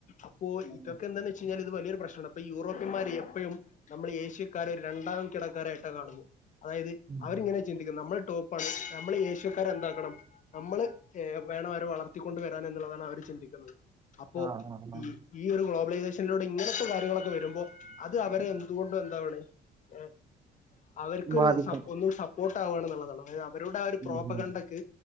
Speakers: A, on the left; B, on the right.
A: അപ്പോ
B: ഉം.
A: ഇതൊക്കെന്താന്ന് വെച്ചയ് ഞ്ഞാല് ഇത് വലിയൊരു പ്രശ്നാണ് അപ്പെ യൂറോപ്യന്മാര് എപ്പഴും നമ്മള് ഏഷ്യക്കാര് ഒര് രണ്ടാം കിടക്കാരായിട്ടാ കാണുന്നെ അതായത്
B: ഉം.
A: അവരിങ്ങനെ ചിന്തിക്കുന്നെ ന്നമ്മൾ ടോപ്പാണ് ന്നമ്മള് ഏഷ്യക്കാര് എന്താക്കണം അമ്മള് ഏ വേണം ഓരെ വളർത്തിക്കൊണ്ട് വെരാന്എന്നുള്ളതാണ് അവര് ചിന്തിക്കുന്നത് അപ്പോ
B: ആ, ആ, ആ.
A: ഈ ഈ ഒരു ഗ്ലോബലൈസേഷനിലൂടെ ഇങ്ങനത്തെ കാര്യങ്ങളൊക്കെ വെരുമ്പോ അത് അവരെ എന്തുകൊണ്ടും എന്താവണ് ഏഹ് അവര്ക്കൊരു
B: ബാധിക്കുന്നു.
A: സ ഒന്നു സപ്പോർട്ട് ആവ്ആണ്ന്ന്ള്ളതാണ് അതായത് അവരുടെ ആ ഒരു
B: ഉം,
A: പ്രോപകണ്ടക്ക്
B: ഉം,